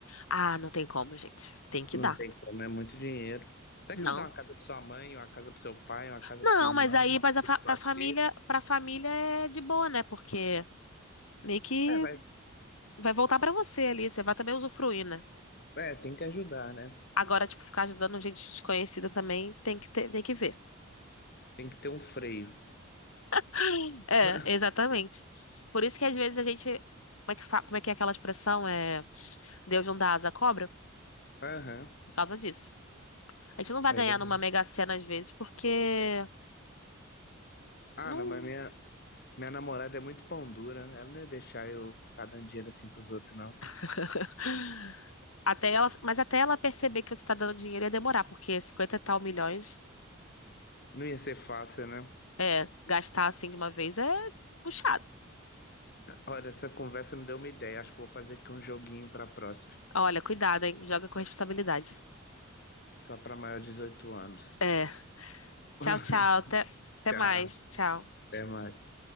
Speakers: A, on the left; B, on the left.
A: Ah, não tem como, gente. Tem que
B: Não
A: dar.
B: tem como, é muito dinheiro. Você vai
A: Não.
B: querer dar uma casa pra sua mãe, uma casa pro seu pai, uma casa
A: Não,
B: pro seu irmão,
A: mas aí
B: uma
A: mas a fa- pra
B: cacheta.
A: família, pra família é de boa, né? Porque meio que
B: É, vai.
A: vai voltar pra você ali, você vai também usufruir, né?
B: É, tem que ajudar, né?
A: Agora, tipo, ficar ajudando gente desconhecida também tem que ter, tem que ver.
B: Tem que ter um freio.
A: <gasps> É,
B: <laughs>
A: exatamente. Por isso que às vezes a gente, como é que fa- como é que é aquela expressão? É Deus não dá asa à cobra?
B: Aham,
A: Por causa disso. A gente não vai
B: é
A: ganhar
B: verdade.
A: numa Mega Sena às vezes porque
B: Ah,
A: não
B: não, mas minha, minha namorada é muito pão dura. Ela não ia deixar eu ficar dando dinheiro assim pros outros, não.
A: <laughs> Até ela, mas até ela perceber que você tá dando dinheiro ia demorar, porque 50 e tal milhões,
B: Não ia ser fácil, né?
A: é, gastar assim de uma vez é puxado.
B: Olha, essa conversa me deu uma ideia. Acho que vou fazer aqui um joguinho pra próxima.
A: Olha, cuidado, hein? Joga com responsabilidade.
B: Só pra maior de 18 anos.
A: É.
B: <laughs>
A: Tchau, tchau. Até, até
B: Tchau.
A: mais. Tchau.
B: Até mais.